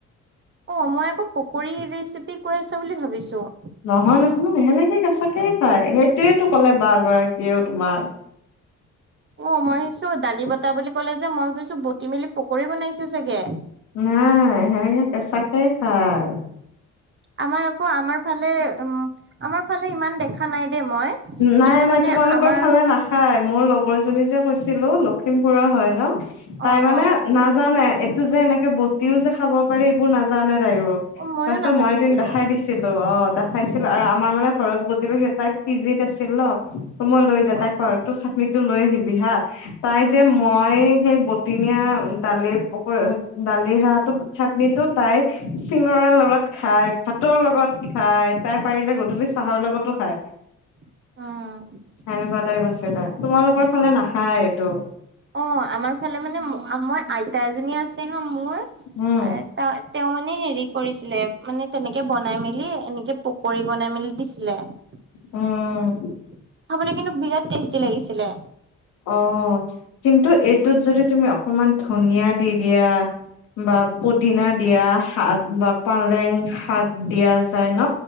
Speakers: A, on the right (about 40°); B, on the left (about 85°).
A: অ', মই আকৌ পকৰী ৰেচিপি কৈ আছ বুলি ভাবিছো।
B: নহয়, নহয় সেনেকে কেঁচাকেই খাই সেইটোয়েইো কলে বা গৰাকীয়েও তোমাক। <inaudible>
A: অ', মই ভাবিছো দালি বটাহ বুলি ক'লে যে মই ভাবিছো বটি মেলি পকৰী বনাইছে চাগে
B: নাই সেনেকে কেচাকে খায়।
A: আমাৰ আকৌ আমাৰ ফালে উ আমাৰ ফালে ইমান দেখা নাই দেই মই
B: নাই,
A: কিন্তু
B: নাই
A: মানে
B: তোমালোকৰ
A: আমাৰ
B: ফালে নাখায় মই লগ লগৰজনী যে কৈছিলো লখিমপুৰৰ হয় ন তাই
A: অ
B: মানে
A: অ
B: নাজানে এইটো যে এনেকে বটিও যে খাব পাৰে এইবোৰ নাজানে য
A: অ মইয়ো
B: তাৰপিছত
A: নাজানিছিলো
B: মই এদিন দেখাই দিছিলো অ', দেখাইছিল আৰু আমাৰ মানে ঘৰত বটল সেই তাই পিজিত আছিল ন। ত মই লৈ যা তাই
A: অ
B: কৰ
A: অ
B: তোৰ চাটনি তো লৈ আহিবি হা। তাই যে মই সেই বটিনীয়া দালিৰ পক দালিৰ সেৱটো চা চাটনো তাই চিঙৰা লগত খাই ভাতৰ লগত খাই তাই পাৰিলে গধূলি চাহ ঘহৰ লগতো খায়।
A: অ',
B: সেনেকুৱা আছিলে তোমালোকৰ ফালে নাখায় এইটো।
A: অ আমাৰ ফালে মানে ম মই আইতা এজনী আছে মোৰ
B: উম
A: ত তেওঁ মানে হেৰি কৰিছিল ছিলে মানে তেনেকে বনাই মেলি এনেকে পকৰি বনাই মেলি দিছিলে। খাবলে
B: উম,
A: কিন্তু বিৰাট টেষ্টি লাগিছিলে!
B: অঁ কিন্তু এইটোত যদি তুমি অকমান ধনিয়া দি দিয়া বা পদিনা দিয়া শাক বা পালেং শাক দিয়া যায় ন